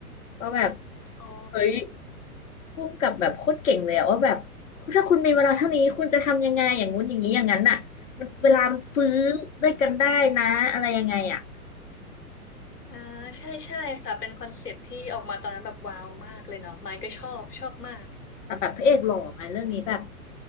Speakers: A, on the left (about 55°); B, on the left (about 90°).
A: ก็แบบ
B: อ๋อ
A: เฮ้ยพุ่งกับแบบโคตรเก่งเลยอะว่าแบบถ้าคุณมีเวลาเท่านี้คุณจะทำยังไงอย่างงู้นอย่างนี้อย่างนั้นอะมันเวลามันฟื้อด้วยกันได้นะอะไรยังไงอะ
B: อ่าใช่ใช่ค่ะเป็นคอนเซปต์ที่ออกมาตอนนั้นแบบว้าวมากเลยเนาะไมค์ก็ชอบ ชอบมาก
A: แต่แบบพระเอกหล่อไงเรื่องนี้แบบ